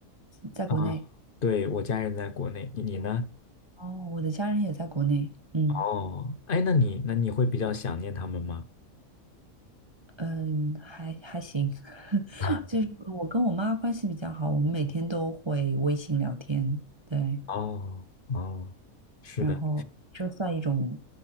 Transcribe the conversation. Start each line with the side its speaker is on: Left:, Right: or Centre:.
Right: 在国内。
Left: 啊，对，我家人在国内，你你呢？
Right: 哦，我的家人也在国内。嗯
Left: 哦，哎，那你那你会比较想念他们吗？
Right: 嗯，还还行，<laughs>
Left: <laughs>
Right: 就是我跟我妈关系比较好，我们每天都会微信聊天。对，
Left: 哦哦，是的，
Right: 然后这算一种